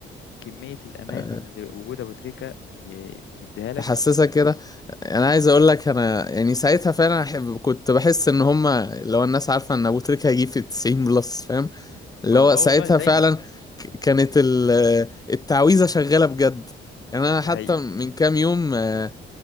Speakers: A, on the left; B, on the left.
A: كميه الامان
B: آه،
A: اللي وجود ابو تريكه ي- يديها لك
B: تحسسك كده انا عايز اقول لك انا يعني ساعتها فعلا أحب كنت بحس ان هما لو الناس عارفة ان ابو تريكة هيجيب في 90 بلس فاهم اللي
A: ما-
B: هو
A: اه
B: ساعتها
A: والله دايما
B: فعلا ك- كانت ال- آه، التعويذة شغالة بجد يعني انا
A: ده
B: حتى
A: حقيقي
B: من كام يوم آه،